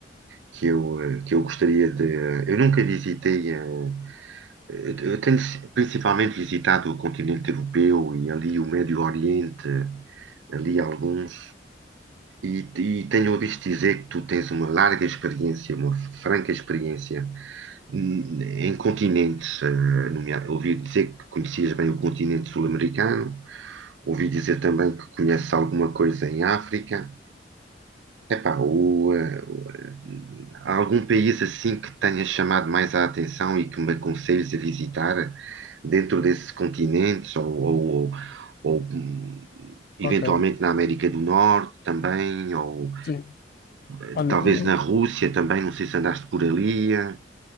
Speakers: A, on the right (about 85°); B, on the left (about 55°).
A: que eu, eh, que eu gostaria de. Eu nunca visitei, eh, eu eu tenho si, principalmente visitado o continente europeu e ali o Médio Oriente, ali alguns. E, e tenho ouvido dizer que tu tens uma larga experiência, uma franca experiência hum, em continentes. eh, nomea- ouvi dizer que conhecias bem o continente sul-americano, ouvi dizer também que conheces alguma coisa em África. Epá, o, eh, o, eh, há algum país assim que tenha chamado mais a atenção e que me aconselhes a visitar dentro desses continentes ou, ou- ou, hum, eventualmente
B: Ok,
A: na América do Norte também ou
B: sim.
A: eh,
B: Olha,
A: talvez
B: eh,
A: na Rússia também, não sei se andaste por ali. eh.